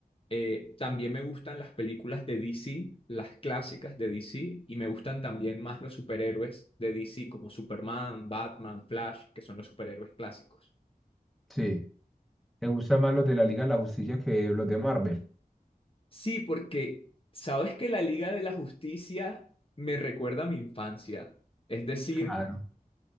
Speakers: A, on the left; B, in the centre.
A: eh, también me gustan las películas de DC, las clásicas de DC, y me gustan también más los superhéroes de DC como Superman, Batman, Flash, que son los superhéroes clásicos.
B: Sí. ¿Te gustan más los de la Liga de la Justicia que los de Marvel?
A: Sí, porque sabes que la Liga de la Justicia me recuerda a mi infancia. Es Mm. decir,
B: Claro.